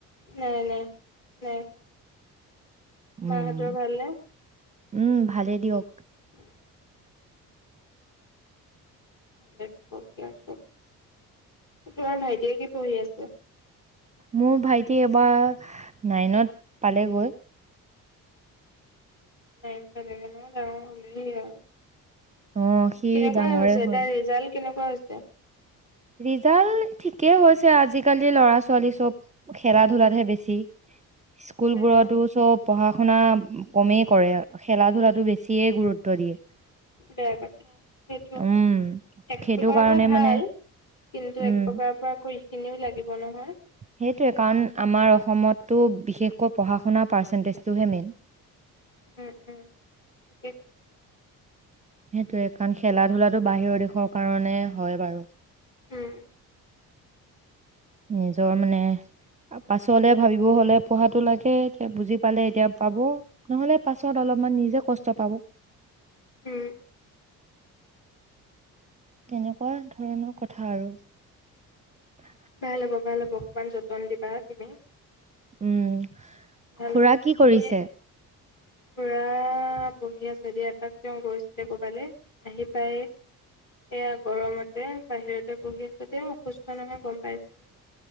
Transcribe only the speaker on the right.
উম
উম ভালেই দিয়ক।
মোৰ ভাইটি এবাৰ নাইনত পালেগৈ।
অ সি
ডাঙৰে
হ'ল
ৰিজাল্ট ঠিকেই হৈছে আজিকালি ল'ৰা ছোৱালী চব খেলা ধূলাতহে বেছি স্কুল
বোৰতো চব পঢ়া শুনা কমেই কৰে, খেলা ধূলাটো বেছি সিয়ে গুৰুত্ব দিয়ে।
উম
সেইটো
কাৰণে
মানে
উম
সেইটোৱে কাৰণ আমাৰ অসমতটো বিশেষকৈ পঢ়া শুনাৰ পাৰ্চেন্টেজ তুহে মেইন।
সেইটোয়ে কাৰণ খেলা ধূলাটো বাহিৰৰ দেশৰ কাৰণে হয় বাৰু।
নিজৰ মানে পাছলে ভাবিব হ'লে পঢ়াটো লাগে এতিয়া বুজি পালে এতিয়া পাব নহলে পাছত অলপমান নিজে কষ্ট পাব <inaudible>
তেনেকুৱা ধৰণৰ কথা আৰু <inaudible>
উম।
খুৰা
কি কৰিছে?